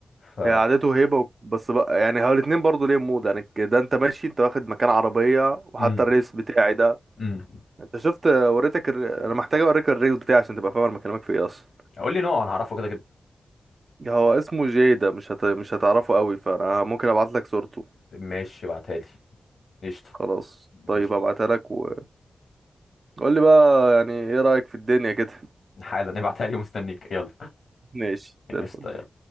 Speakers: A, on the left; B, on the right.
A: ف
B: هي عادته هيبة و- بس بقى يعني هو الاتنين برضه ليهم مود يعني ك- ده انت ماشي انت واخد مكان عربية وحتى
A: امم
B: الريس بتاعي ده
A: امم
B: انت شفت وريتك الر... انا محتاج اوريك الريس بتاعي عشان تبقى فاهم انا بكلمك في ايه اصلا
A: قول لي نوع انا هعرفه كده كده
B: هو اسمه جي ده مش هت... مش هتعرفه قوي فانا ممكن ابعت لك صورته
A: ماشي ابعتها لي قشطه
B: خلاص طيب
A: قشطه
B: ابعتها لك وقول لي بقى يعني ايه رأيك في الدنيا كده <laughs>
A: حالا نبعتها لي ومستنيك يلا
B: ماشي زي
A: قشطة
B: الفل.
A: يلا.